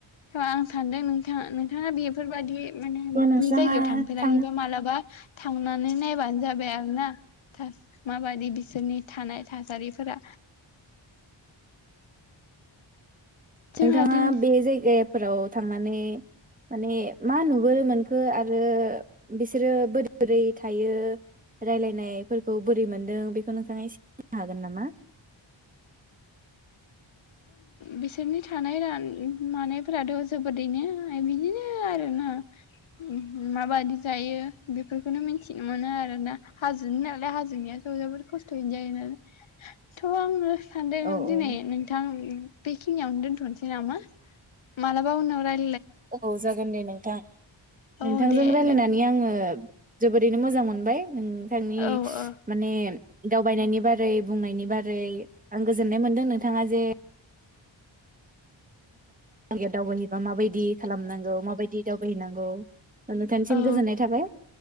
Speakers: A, on the left; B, on the right.
A: स आं सानदों नोंथाङा नोंथाङा बेफोरबायदि माने
B: थ' नोंस्राङा
A: बि जायगायाव थांफेराखैबा
B: थां
A: मालाबा थांनानै नायबानो जाबाय आरो ना थास माबायदि बिसोरनि थानाय थासारिफोरा। जोंहा
B: नोंथाङा
A: दिन
B: बे <unintelligible> फोराव थांनानै माने मा नुबो नोंखो आ रो बिसोरो बोरै बोरै थायो रायलायनायफोरखौ बोरै मोनदों बेखौ नोंथाङा एसे बुंनो हागोन नामा?
A: बिसोरनि थानाय <unintelligible> मानायफोराथ' जोबोदैनो बिदिनो आरो ना। उम माबायदि जायो बेफोरखोनो मिथिनो मोनो आरो ना। हाजोनि नालाय हाजोनियाथ' जोबोर खस्थ'यैनो जायो नालाय थ' आङो सानदों
B: औ
A: दिनै
B: औ
A: नों उम बेखिनियावनो दोनथ'नोसै नामा? मालाबा उनाव राय
B: औ जागोन दे नोंथां। नोंथांजों
A: औ दे
B: रायलायनानै
A: नों
B: आङो ओ जोबोरैनो मोजां मोनबाय। नोंथांनि
A: औ औ
B: माने दावबायनायनि बारै बुंनायनि बारै आं गोजोननाय मोनदों नोंथाङा जे माबादि दावबायोबा बायदि दि खालामनांगौ माबायदि दावबायहैनांगौ नोंथांनिसिम
A: औ
B: गोजोननाय थाबाय